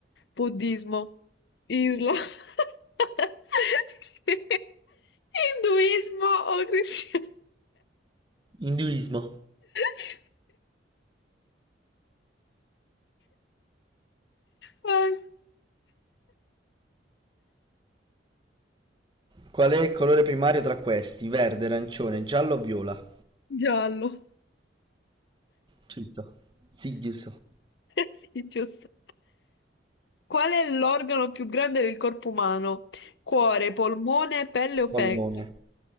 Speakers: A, on the left; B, on the right.
A: Buddismo, Islam, <laughs> sì. Induismo o cristianesimo.
B: Induismo.
A: Sì. Vai.
B: Qual è il colore primario tra questi? Verde, arancione, giallo o viola?
A: Giallo.
B: Giusto. Sì, giusto.
A: Sì, giusto. Qual è l'organo più grande del corpo umano? Cuore, polmone, pelle o fegato?
B: Polmone.